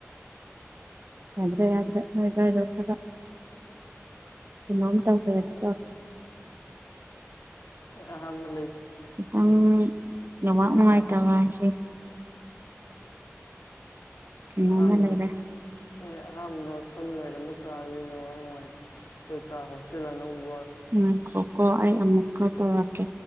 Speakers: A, on the right; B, on the left.
A: ꯌꯥꯗ꯭ꯔꯦ ꯌꯥ꯭ꯔꯦ ꯅꯗ ꯏ ꯂꯣ ꯀꯒ ꯃꯃꯝ ꯇꯥꯈ꯭ꯔꯦ ꯑꯗꯨ ꯇꯥꯛ
B: ꯑ ꯃ
A: ꯈꯤꯇꯪ ꯅꯋꯥꯥꯛ
B: ꯄꯩꯁꯥ
A: ꯅꯨꯡꯉꯥꯏꯇꯕ ꯍꯥꯏꯁꯦ ꯎ
B: ꯑꯍꯥꯟꯕ
A: ꯃꯃꯦ ꯂꯩ ꯏꯔꯦ
B: ꯑꯦ ꯑꯍꯥꯟꯕ ꯑꯩꯈꯣꯏꯅ ꯂꯩꯔꯝꯕ ꯀꯥꯗꯅꯦ ꯋꯥ ꯅꯨꯡꯉꯥꯏ ꯑꯩꯈꯣꯏ ꯀꯥ ꯍꯣꯁꯇꯦꯜ ꯑꯅꯧꯕ
A: ꯎꯝ ꯀ ꯀꯣ ꯑꯩ ꯑꯃꯨꯛ ꯈꯠꯇ ꯋꯥꯀꯦ